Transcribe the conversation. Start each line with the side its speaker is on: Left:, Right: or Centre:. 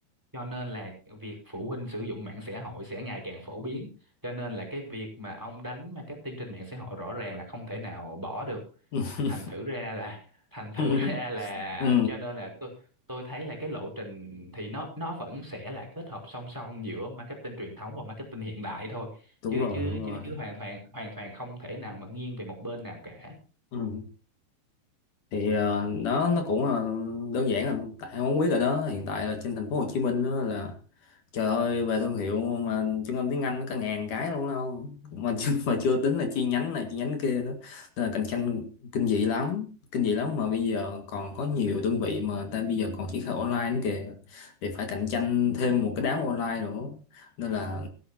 Centre: cho nên là việc phụ huynh sử dụng mạng xã hội sẽ ngày càng phổ biến. Cho nên là cái việc mà ông đánh marketing trên mạng xã hội rõ ràng là không thể nào bỏ được.
Left: <laughs>
Centre: Thành thử ra là thành thử
Left: ừ
Centre: <laughs> ra là
Left: ừ
Centre: cho nên là tôi tôi thấy là cái lộ trình thì nó nó vẫn sẽ là kết hợp song song giữa marketing truyền thống và marketing hiện đại thôi.
Left: đúng
Centre: Chứ
Left: rồi
Centre: chứ
Left: đúng rồi
Centre: chứ chứ hoàn toàn hoàn toàn không thể nào mà nghiêng về một bên nào cả.
Left: ừ thì ờ, đó nó cũng ờ, đơn giản anh tại em không biết rồi đó hiện tại là trên thành phố Hồ Chí Minh đó là trời ơi về thương hiệu mà trung tâm tiếng Anh nó cả ngàn cái luôn đâu mà chưa, mà chưa tính là chi nhánh này chi nhánh kia nữa nên là cạnh tranh kinh dị lắm kinh dị lắm mà bây giờ còn có nhiều đơn vị mà người ta bây giờ còn triển khai online nữa kìa thì phải cạnh tranh thêm một cái đám online nữa nên là